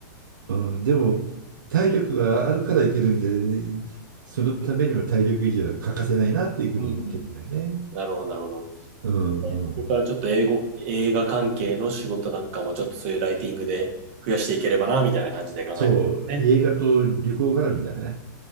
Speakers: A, on the right; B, on the right.
A: うんうん、でも、体力があるからいけるんで、ねそのためにも体力維持は欠かせないなというふうに思ってるんだよね。
B: うんうん。なるほど、なるほど。
A: うんう
B: これからちょっと英語、
A: ん。
B: 映画関係の仕事なんかもちょっとそういうライティングで増やしていければな、みたいな感じで考えてるね。
A: そう、映画と旅行絡みだね。